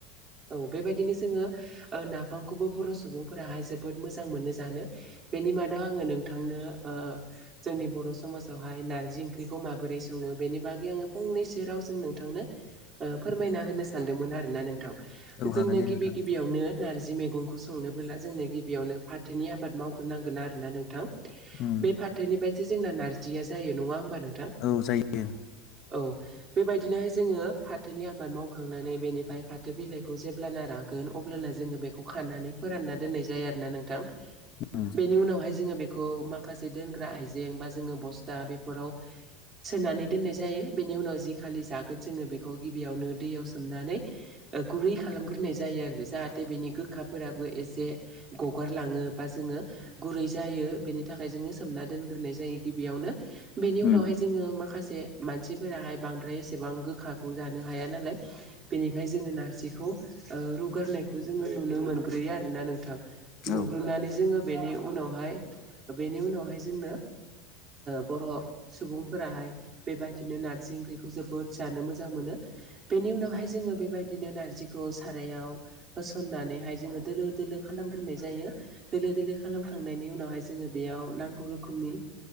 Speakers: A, on the right; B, on the left.
A: औ बे बायदिनो जोङो नाफामखौबो बर' सुबुंफोराहाय जोबोद मोजां मोनो जानो। बेनि मादाव आङो नोंथांनो जोंनि बर' समाजावहाय नार्जि ओंख्रिखौ माबोरै सङो। बेनि बागै आङो फंनैसो राव जों नोंथांनो फोरमायना होनो सानदोंमोन आरोना नोंथां।
B: औ
A: जोंनो
B: हागोन दे
A: गिबि
B: नोंथां
A: गिबियावनो नारजि मैगंखौ संनोबोला जोंनो गिबियावनो फाथोनि आबाद मावग्रोनांगोन आरोना नोंथां।
B: उम
A: बे फाथोनिफ्रायस जोंना नारजिया जायो नङा होमबा नोंथां।
B: औ जायो
A: औ बे बायदिनोहाय जोङो फाथोनि आबाद मावखांनानै बेनिफ्राय फाथो बिलाइखौ जेब्लाना रागोन अब्लाना जोङो बेखौ खानानै फोरानना दोननाय जायो आरोना नोंथां।
B: उम
A: बेनि उनावहाय जोङो बेखौ माखासे दोनग्रा आइजें बा जोङो बस्था बेफोराव सोनानै दोननाय जायो। बेनि उनाव जि खालि जागोन जोङो बेखौ गिबियावनो दैयाव सोम नानै गुरै खालामग्रोनाय जायो आरो। जाहाथे बेनि गोखाफोराबो एसे गगारलाङो बा जोङो गुरै जायो। बेनि थाखाय जोङो सोमना दोनग्रोनाय जायो गिबियावनो बेनि उनावहाय
B: उम
A: जोङो माखासे मानसिफोराहाय बांद्राय एसेबां गोखाखौ जानो हाया नालाय बेनिखायनो जोङो नारजिखौ रुगारनायखौ जोङो नुनो मोनग्रोयो आरोना नोंथां। नुग्रोनानै
B: औ
A: जोङो बेनि उनावहाय बेनि उनावहाय जोंनो बर' सुबुंफोराहाय बेबायदिनो नारजि ओंख्रिखौ जोबोद जानो मोजां मोनो। बेनि उनावहाय जों जोङो बे बायदिनो नारजिखौ सारायाव होसननानैहाय जोङो दोलो दोलो खालामग्रोनाय जायो। दोलो दोलो खालामखांनायनि उनावहाय जोङो बेयाव नांगौ रोखोमनि